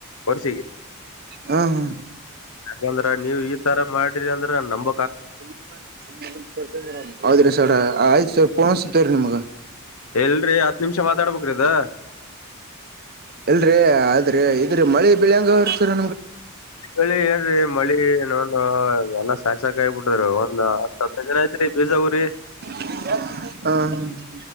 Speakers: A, on the left (about 70°); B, on the right (about 45°).
A: ವರ್ಷಿಗೆ
B: ಹಾ ಹಾ
A: ಯಂದ್ರ ನೀವು ಈ ತರ ಮಾಡಿ ಅಂದ್ರೆ ನಂಬ
B: <unintelligible> ಹೌದ್ರೀ ಸರ್ ಆಯ್ತು ಸರ್ ಪೋನಸತ ರೀ ನಿಮ್ಗ
A: ಇಲ್ರರಿ ಹತ್ ನಿಮಿಷ ಮಾತಾಡ್ಬೇಕ್ರಿ ಇದು
B: ಅಲ್ರೀ ಆದ್ರೆ ಇದ್ರೆ ಮಳಿ ಬೀಳಂಗ ಹೊರ್ತರ್
A: ಮಳಿ ಏಲ್ರಿ ಮಳಿ ನೋನು ಎಲ್ಲ ಸಾಕ್ ಸಾಕ ಆಗ ಬಿಟ್ಟದ್ರ ಒಂದ್ ಹತ್ತು ಹದನೈದ ದಿನ ಐತ್ರಿ ರಿಜಗುರಿ
B: ಹ್ಮ ಹ